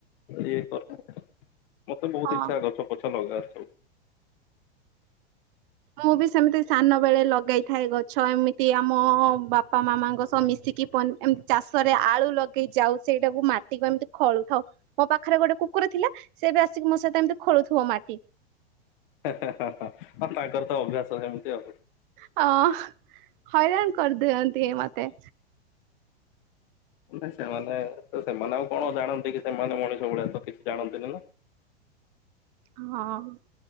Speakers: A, on the left (about 55°); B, on the right (about 50°).
A: ଇଏ କରେ ମତେ ବହୁତ
B: ହଁ
A: ଇଚ୍ଛା ଗଛ ପଛ ଲଗେଇଆରେ ସବୁ।
B: ମୁଁ ବି ସେମିତି ସାନ ବେଳେ ଲଗାଇଥାଏ ଗଛ ଏମିତି ଆମ ବାପା ମାମାଙ୍କ ସହ ମିଶିକି ପନ୍ ଏମତି ଚାଷରେ ଆଳୁ ଲଗେଇ ଯାଉଛି ସେଇଟାକୁ ମାଟିକୁ ଏମିତି ଖଳୁଥାଉ ମୋ ପାଖରେ ଗୋଟେ କୁକୁର ଥିଲା ସେ ବି ଆସିକି ମୋ ସହିତ ଏମିତି ଖୋଳୁଥିବ ମାଟି।
A: ହେ ହେ ହା ହା ହାଁ ତାଙ୍କର ତ ଅଭ୍ୟାସ ଯେମିତି ଆଉ
B: ହଁ ହଇରାଣ କରିଦିଅନ୍ତି ଏଇ ମତେ।
A: ନାଇଁ ସେମାନେ ତ ସେମାନେ ଆଉ କଣ ଜାଣନ୍ତି କି ସେମାନେ ମଣିଷ ଭଳିଆ ତ କିଛି ଜାଣନ୍ତିନି ନା!
B: ହଁ ହଁ।